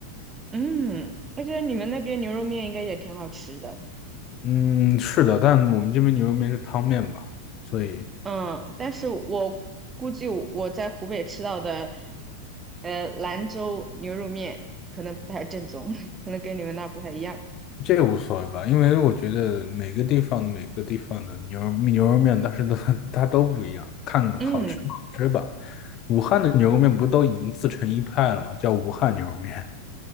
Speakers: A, on the right; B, on the left.
A: 嗯，而且你们那边牛肉面应该也挺好吃的。
B: 嗯，是的，但我们这边牛肉面是汤面吧，所以。
A: 嗯，但是我估计我在湖北吃到的，呃，兰州牛肉面可能不太正宗，<laughs> 可能跟你们那儿不太一样。
B: 这个无所谓吧，因为我觉得每个地方每个地方的牛肉牛肉面，但是都 <laughs> 它都不一样，看好吃不好吃吧。
A: 嗯，
B: 武汉的牛肉面不都已经自成一派了吗？叫武汉牛肉面